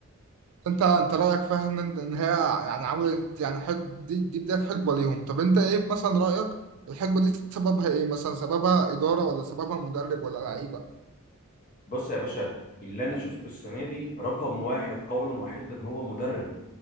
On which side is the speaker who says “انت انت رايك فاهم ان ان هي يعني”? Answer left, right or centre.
Right